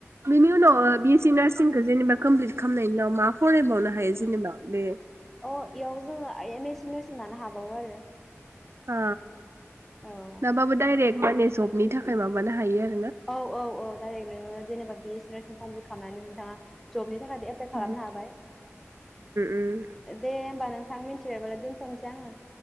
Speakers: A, on the right; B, in the centre.
A: बेनि उनाव ओ बियेसि नार्सिंखौ जेनेबा कमप्लिट खालामनायनि उनाव मा फरायबावनो हायो जेनेबा? बे
B: अ इयाव जोङो आयेमेसि नार्सिं लानो हाबावो आरो
A: ह
B: औ
A: लाबाबो डाइरेक माने जब नि थाखाय माबानो हायो आर
B: औ औ औ डाइरेक नोङो जेनेबा बिएससि नार्सिं कमप्लिट खालामनानै नोंथाङा जबनि थाखायबो एप्लाइ
A: उम
B: खालामनो
A: उम
B: हाबाय ।
A: उम
B: दे होमबा नोंथ थां मिन्थियाबालाय दोन्थ'नसै आङो